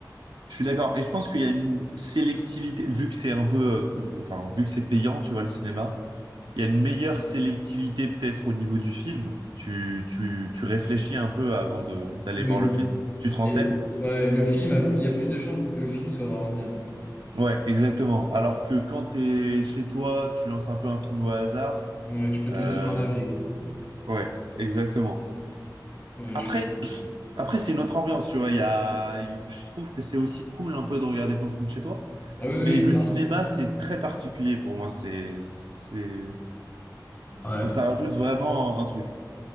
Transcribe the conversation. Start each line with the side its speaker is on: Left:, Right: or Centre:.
Right: je suis d'accord. Et je pense qu'il y a une sélectivité, vu que c'est un peu, euh, enfin, vu que c'est payant, tu vois, le cinéma il y a une meilleure sélectivité peut-être au niveau du film. Tu, tu, tu réfléchis un peu avant de, d'aller
Left: Oui.
Right: voir le film. Tu te renseignes.
Left: Et- ouais, le film a plus- il y a plus de chances pour que le film soit vraiment bien, quoi.
Right: Ouais, exactement. Alors que quand t'es chez toi, tu lances un peu un film au hasard.
Left: Ouais, tu peux
Right: Euh,
Left: tomber sur un navet, quoi.
Right: ouais, exactement.
Left: Ouais,
Right: Après,
Left: je suis d'accord.
Right: je- après c'est une autre ambiance, tu vois. Il y a, je trouve que c'est aussi cool un peu de regarder ton film chez toi.
Left: Ah oui, oui,
Right: Mais
Left: oui,
Right: le
Left: clairement.
Right: cinéma, c'est très particulier pour moi. C'est, c'est,
Left: Ouais.
Right: bon, ça rajoute vraiment un, un truc.